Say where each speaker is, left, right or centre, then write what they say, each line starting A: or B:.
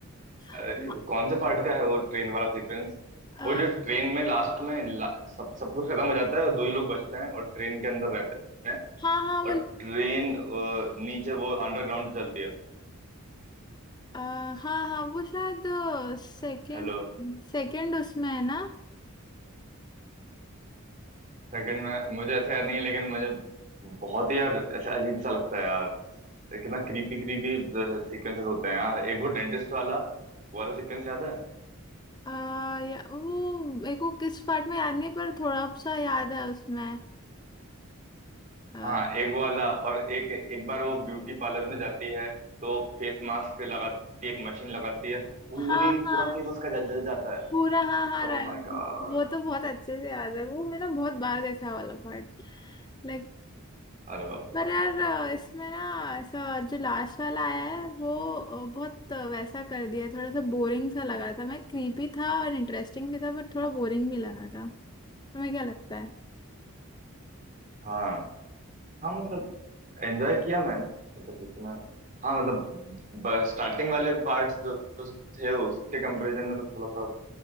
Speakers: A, on the left (about 20°); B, on the right (about 35°).
A: हाँ,
B: अरे, कौन से पार्ट का है वो ट्रेन वाला सीक्वेंस
A: अ,
B: वो जो ट्रेन में लास्ट में ला, सब सब कुछ खत्म हो जाता है और दो ही लोग बचते हैं और ट्रेन के अंदर रहते हैं
A: हाँ हाँ
B: और
A: वो
B: ट्रेन नीचे वो अंडरग्राउंड चलती है
A: अ, हाँ हाँ वो शायद सेकंड
B: हेलो
A: सेकंड उसमें है ना
B: सेकंड में मुझे ऐसे याद नहीं है लेकिन मुझे बहुत ही यार ऐसे अजीब सा लगता है यार ये कितना क्रीपी क्रीपी सीक्वेंसेस होते हैं यार एक वो डेंटिस्ट वाला वो वाला सीक्वेंस याद है
A: अ, या, वो मेरे को किस पार्ट में याद नहीं पर थोड़ा सा याद है उसमें हाँ
B: हाँ एक वो वाला और एक एक बार वो ब्यूटी पार्लर में जाती है तो फेस मास्क लगाती है एक मशीन लगाती है तो पूरी
A: हाँ हाँ
B: पूरा फेस उसका जल जल जाता है
A: पूरा हाँ हाँ
B: Oh
A: राइट
B: my god
A: वो तो बहुत अच्छे से याद है वो मैंने बहुत बार देखा है वाला पार्ट लाइक
B: अरे बाप रे
A: पर यार अ, इसमें ना ऐसा जो लास्ट वाला आया है वो अ, बहुत वैसा कर दिया थोड़ा सा बोरिंग सा लगा था मैं क्रीपी था और इंटरेस्टिंग भी था पर थोड़ा बोरिंग भी लगा था तुम्हें क्या लगता है
B: हाँ हाँ मतलब एंजॉय किया मैंने मतलब इतना हाँ मतलब स्टार्टिंग वाले पार्ट्स जो जो थे उसके कंपैरिजन में तो थोड़ा सा